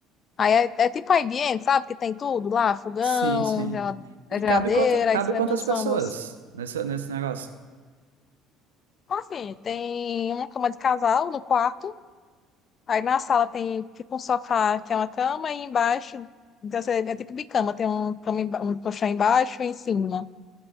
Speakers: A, on the left (about 40°); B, on the right (about 80°).
A: Aí é, é tipo a ambiente, sabe? Que tem tudo lá, fogão,
B: Sim, sim.
A: gela-
B: E
A: é geladeira,
B: cabe, quanta- cabe
A: aí você
B: quantas
A: leva só
B: pessoas
A: umas-
B: nesse, nesse negócio?
A: Enfim, tem uma cama de casal no quarto. Aí na sala tem tipo um sofá que é uma cama, e embaixo então, você- é tipo bicama, tem um, cama emba- um colchão embaixo e em cima.